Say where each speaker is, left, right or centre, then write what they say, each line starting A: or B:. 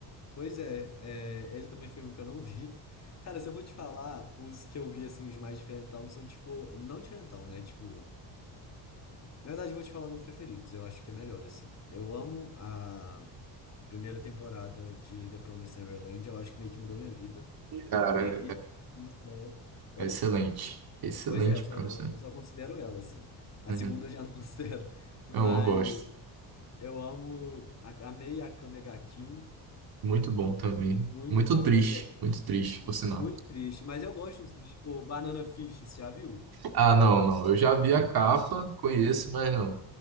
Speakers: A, on the left (about 35°); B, on the right (about 55°).
A: Pois é, é, ele também foi um que eu não <laughs> vi. Cara, se eu vou te falar, os que eu vi, assim, os mais diferentão são, tipo, não diferentão, né? Tipo, na verdade, eu vou te falar dos meus preferidos. Eu acho que é melhor, assim. Eu amo a. Primeira temporada de The Promised Neverland, eu acho que meio que mudou minha vida.
B: Cara,
A: Mas e- eu só. Oi?
B: é, é excelente. Excelente,
A: Pois é, eu só,
B: professor.
A: eu só considero ela, assim. A
B: Uhum.
A: segunda eu já não <laughs> considero. Mas
B: É uma bosta.
A: eu amo. a- Amei a Kamega Kill.
B: Muito bom também.
A: Muito
B: Muito
A: bom,
B: triste,
A: pois é.
B: muito triste, por sinal.
A: Muito triste. Mas eu gosto de uns tristes, tipo Banana Fish, você já viu?
B: Ah, não, não. Eu já vi a capa, conheço, mas não.